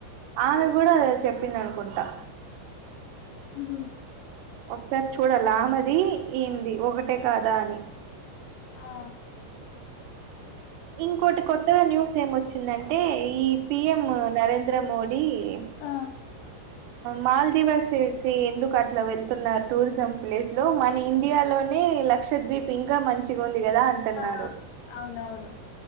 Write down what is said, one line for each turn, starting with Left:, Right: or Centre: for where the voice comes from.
Right: ఆమె కూడా చెప్పింది అనుకుంటా.
Left: ఉమ్.
Right: ఒకసారి చూడాలే ఆమెది ఏంది ఒకటే కాదా అని.
Left: అవును.
Right: ఇంకోటి కొత్తగా న్యూస్ ఏం వచ్చిందంటే ఈ పిఎం నరేంద్ర మోడీ. డీ.
Left: ఆ
Right: మాల్దీవరుస్కి ఎందుకు అట్లా వెళ్తున్నారు టూరిజం ప్లేస్ లో మన ఇండియాలోని. లక్షదీప్ ఇంకా మంచిగుంది కదా అంటున్నాడు.
Left: ఆ అవునవును